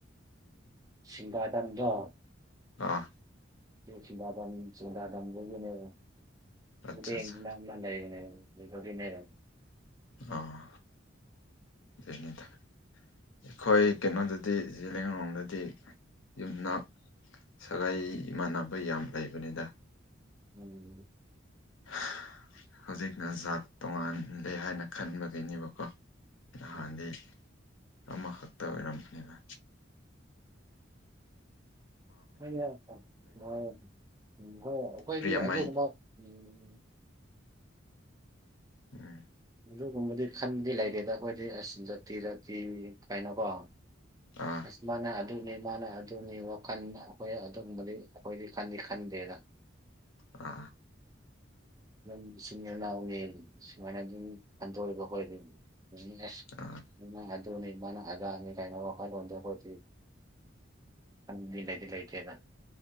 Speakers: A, on the right (about 20°); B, on the left (about 80°).
A: ꯁꯤꯡꯒꯥꯗꯝꯗꯣ
B: ꯑꯥ
A: ꯌꯨꯝ ꯁꯤꯡꯒꯥꯗꯥꯝ ꯁꯤꯡꯒꯗꯥꯝꯗꯒꯤꯅꯦꯕ
B: ꯑꯠꯆꯥ
A: ꯕꯦꯡ
B: ꯑꯠꯆꯥ
A: <unintelligible> ꯎꯅꯦꯔ
B: ꯑꯥ ꯖꯦꯅꯤꯗ ꯑꯩꯈꯣꯏ ꯀꯩꯅꯣꯗꯗꯤ ꯖꯤꯂꯤꯌꯥꯡꯔꯣꯡꯗꯗꯤ ꯌꯨꯝꯅꯥꯛ ꯁꯒꯥꯏ ꯏꯃꯥꯟꯅꯕ ꯌꯥꯝ ꯂꯩꯕꯅꯤꯗ
A: ꯎꯝ
B: <unintelligible> ꯍꯧꯖꯤꯛꯅ ꯖꯥꯠ ꯇꯣꯉꯜꯂꯦ ꯍꯥꯏꯅ ꯈꯟꯕꯒꯤꯅꯦꯕꯀꯣ ꯅꯍꯥꯟꯗꯤ
A: ꯎꯝ
B: ꯑꯃꯈꯛꯇ ꯑꯣꯏꯔꯝꯕꯅꯤꯅ
A: ꯍꯣꯏ ꯌꯥꯏ ꯍꯣꯏ ꯎꯝ ꯍꯣꯏ ꯑꯩꯈꯣꯏꯗꯤ
B: ꯄ꯭ꯔꯤꯌꯥꯃꯩ
A: ꯑꯗꯨꯒꯨꯝꯕ ꯎꯝ
B: ꯎꯝ
A: ꯑꯗꯨꯒꯨꯝꯕꯗꯤ ꯈꯟꯕꯗꯤ ꯂꯩꯇꯦꯗ ꯑꯩꯈꯣꯏꯗꯤ ꯑꯁ ꯖꯇꯤ ꯖꯇꯤ ꯀꯥꯏꯅꯀꯣ꯫
B: ꯑꯥ꯫
A: ꯃꯥꯅ ꯑꯗꯨꯅꯤ ꯃꯥꯅ ꯑꯗꯨꯅꯤ ꯋꯥꯈꯟ ꯑꯩꯈꯣꯏ ꯑꯗꯨꯒꯨꯝꯕꯗꯤ ꯑꯩꯈꯣꯏꯗꯤ ꯈꯟꯗꯤ ꯈꯟꯗꯦꯗ꯫
B: ꯑ
A: ꯑꯗꯨꯝ ꯏꯆꯤꯟ ꯏꯅꯥꯎꯅꯤ ꯁꯨꯃꯥꯏꯅ ꯑꯗꯨꯝ ꯈꯟꯗꯣꯛꯑꯦꯕ ꯑꯩꯈꯣꯏꯗꯤ꯫ <unintelligible>
B: ꯑꯥ
A: ꯅꯪꯅ ꯑꯗꯨꯅꯦ ꯃꯥꯅ ꯑꯗꯥꯅꯤꯒꯥꯅ ꯋꯥꯈꯜꯂꯣꯟꯗꯣ ꯑꯈꯣꯏꯗꯤ ꯑꯗꯨꯗꯤ ꯂꯩꯗꯤ ꯂꯩꯇꯦꯗ꯫